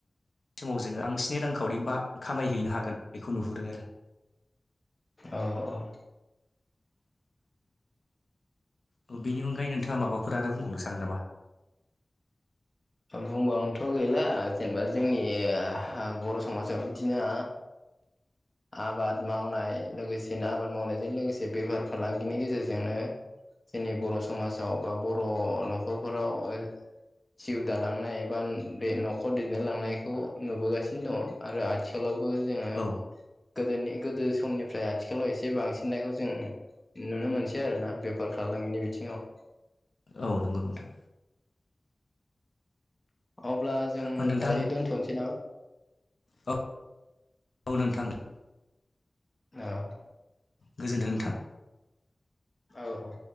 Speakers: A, on the left; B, on the left.
A: समाव जोङो बांसिनै रांखावरि बा खामायहैनो हागोन बेखौ नुहुरो आरो
B: औ औ
A: ओ बेनि अनगायै नोंथाङा माबाफोर आरो बुंबावनो सानो नामा?
B: बुंबावनोथ' गैला जेनेबा जोंनिहा बर' समाजाव बिदिनो आबाद मावनाय लोगोसेनो आबाद मावनायजों लोगोसे बेफार फालांगिनि गेजेरजोंनो जोंनि बर' समाजाव बा बर' न'खरफोराव जिउ दालांनाय एबा बे न'खर दैदेनलांनायखौ नुबोगासिनो दङ। आरो आथिखालावबो जोङो
A: औ
B: गोदोनि गोदो समनिफ्राय आथिखालाव एसे बांसिननायखौ जों नुनो मोनसै आरोना बेफार फालांगिनि बिथिङाव
A: औ नंगौ नोंथां।
B: अब्ला जों
A: ओ नोंथां
B: दायो दोन्थ'नोसै नामा?
A: औ औ नोंथां दे
B: औ
A: गोजोनथों नोंथां
B: औ औ